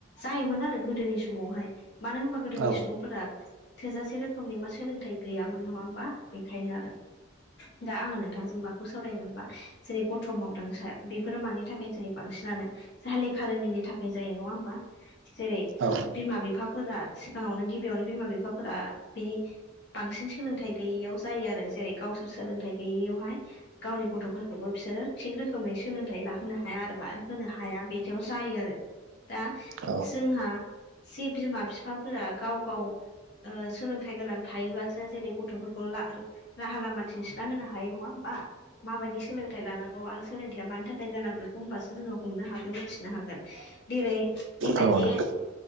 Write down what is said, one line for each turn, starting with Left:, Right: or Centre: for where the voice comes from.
Left: जायोमोन आरो गोदोनि समावहाय मानो होनबा गोदोनि
Right: औ
Left: सुबुंफोरा थोजासे रोखोमनि मा सोलोंथाइ गैयामोन नङा होमबा बेखायनो आरो। दा आङो नोंथांजों माखौ सावरायनो होनबा? जेरै गथ' मावदांसा बेफोरो मानि थाखायनो जायो बांसिनानो जाहा लेखा रोङिनि थाखाय जायो नङा होमबा? जेरै
Right: औ
Left: बिमा बिफा फोरा सिगाङावनो गिबियावनो बिमा बिफाफोरा बिनि बांसिन सोलोंथाइ गैयैयाव जायो आरो जेरै गावसोर सोलोंथाइ गैयैयावहाय गावनि गथ' फोरखौबो बिसोरो थिग रोखोमै सोलोंथाइ लाहोनो हाया आरोबा होनो हाया बिदियाव जायो आरो। दा
Right: औ
Left: जोंहा जे बिमा बिफाफोरा गाव गाव ओ सोलोंथाइ गोनां थायोब्लासो जेरै गथ'फोरखौ ला राहा लामा दिन्थिना होनो हायो नङा ओमबा माबायदि सोलोंथाइ लानां आरो सोलोंथाइया मानि थाखाय गोनां बेखौ होमबासो जोङो हमनो हागोन मिथिनो हागोन जेरै बेबायदि
Right: औ नोंथां